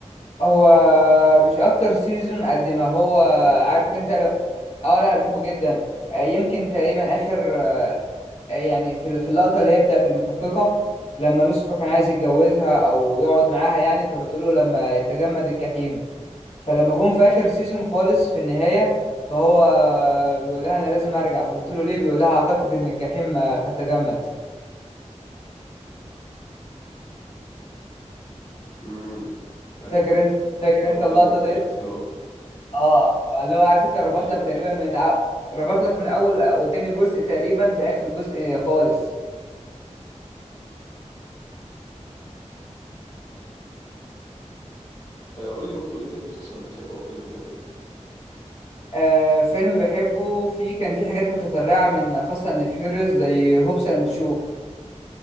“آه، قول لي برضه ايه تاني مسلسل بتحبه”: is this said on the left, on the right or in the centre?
Left